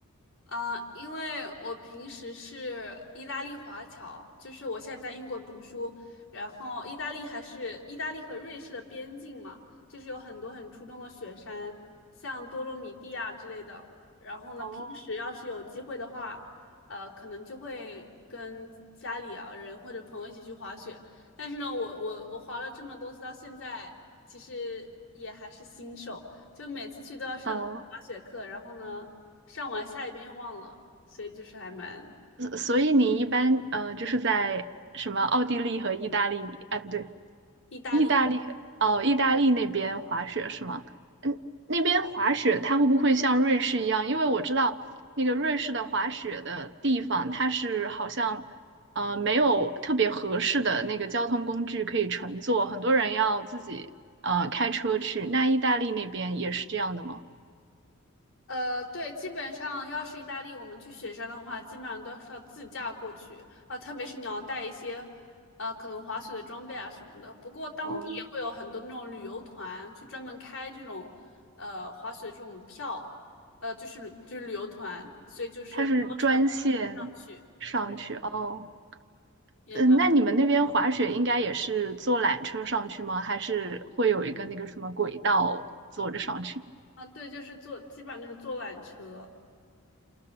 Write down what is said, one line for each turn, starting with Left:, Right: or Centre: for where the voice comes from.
Left: 啊，因为我平时是意大利华侨，就是我现在在英国读书，然后意大利还是意大利和瑞士的边境嘛，就是有很多很出众的雪山，像多洛米蒂啊之类的。然后呢，
Right: 哦，
Left: 平时要是有机会的话，呃，可能就会跟家里啊人或者朋友一起去滑雪。但是呢，我我我滑了这么多次，到现在其实也还是新手。就每次去都要上滑雪课，
Right: 呃，
Left: 然后呢，上完下一遍又忘了，所以就是还蛮
Right: 所所以你一般呃就是在什么奥地利和意大利，哎不对，
Left: 意大利。
Right: 意大利哦，意大利那边滑雪是吗？嗯，那边滑雪它会不会像瑞士一样？因为我知道那个瑞士的滑雪的地方，它是好像呃没有特别合适的那个交通工具可以乘坐，很多人要自己呃开车去。那意大利那边也是这样的吗？
Left: 呃，对，基本上要是意大利，我们去雪山的话，基本上都是要自驾过去啊，特别是你要带一些，呃，可能滑雪的装备啊什么的。不过当地也会有很多那种旅游团去专门开这种，
Right: 哦，
Left: 呃，滑雪这种票，呃，就是旅就是旅游团，所以就是包车包
Right: 它是专线上去哦。
Left: 上去，对，也蛮
Right: 嗯，那你们那边滑雪应该也是坐缆车上去吗？还是会有一个那个什么轨道坐着上去？
Left: 啊，对，就是坐，基本上都是坐缆车。